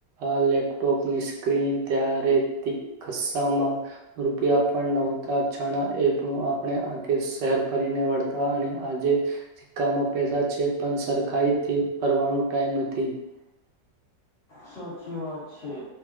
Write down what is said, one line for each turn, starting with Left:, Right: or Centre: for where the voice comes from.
Right: આ લેપટોપ ની સ્ક્રીન ત્યારે ખીસ્સામાં. રૂપિયા પણ નહોતા છણા એ આપણે કે શહેર ફરીને વળતા અને આજે સિકકામાં પૈસા છે પણ સરખીઈ ફરવાનો ટાઈમ નથી. <inaudible>
Left: સાચી વાત છે